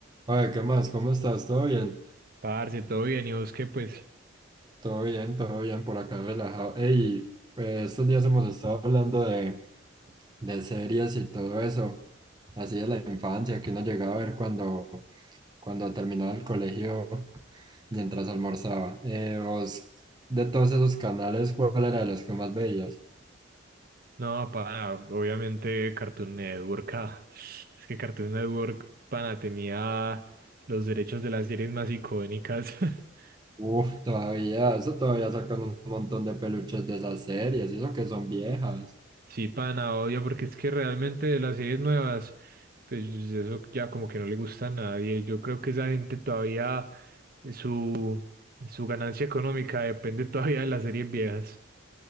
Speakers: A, on the right; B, on the right.
A: Oye, ¿qué más? ¿Cómo estás? ¿Todo bien?
B: Parce, todo bien, y vos que pues,
A: Todo bien, todo bien, por acá relajado. Ey, eh, estos días hemos estado hablando de, de series y todo eso, así de la infancia que uno llegaba a ver cuando, cuando terminaba el colegio mientras almorzaba. Eh, vos, de todos esos canales, ¿cuál era de los que más veías?
B: no, pana, obviamente Cartoon Network, ah, es que Cartoon Network, pana, tenía los derechos de las series más icónicas. <laughs>
A: Uf, todavía, eso todavía sacan un montón de peluches de esas series, y eso que son viejas.
B: Sí, pana, obvio, porque es que realmente de las series nuevas, pues eso ya como que no le gusta a nadie. Yo creo que esa gente todavía, su, su ganancia económica depende todavía de las series viejas.